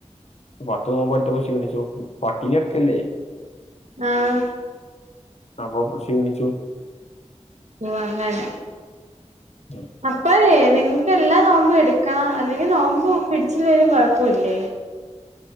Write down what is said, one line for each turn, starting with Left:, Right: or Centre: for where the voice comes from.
Left: പത്ത് നോമ്പട്തപ്പോ ക്ഷീണിച്ചു പട്ടിണി കെട്ക്കല്ലേ
Right: ആഹ്
Left: അപ്പൊ പ്പൊ ക്ഷീണിച്ചു
Right: ഓ അങ്ങനെ
Left: ഉം
Right: അപ്പയേ നിങ്ങക്ക് എല്ലാ നോമ്പും എടുക്കണം അല്ലെങ്കി നോമ്പ് പിടിച്ചില്ലെലും കോഴപ്പല്ലേ